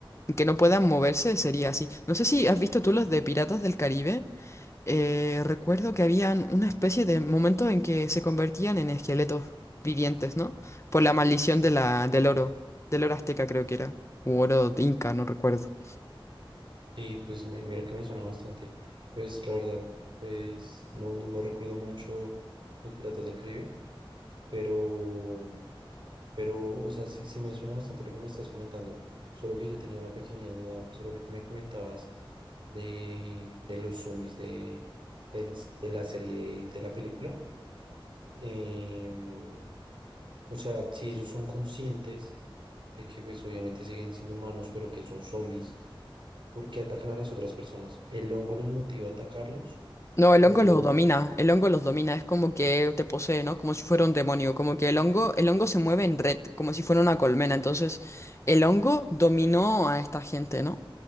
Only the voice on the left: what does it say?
que no puedan moverse, sería así. No sé si has visto tú los de Piratas del Caribe. Eh, recuerdo que habían una especie de momento en que se convertían en esqueletos vivientes, ¿no? Por la maldición de la, del oro, del oro azteca creo que era, u oro de inca, no recuerdo.
No, el
hongo los domina, el hongo los domina, es como que te posee, ¿no? Como si fuera un demonio, como que el hongo, el hongo se mueve en red, como si fuera una colmena, entonces el hongo dominó a esta gente, ¿no?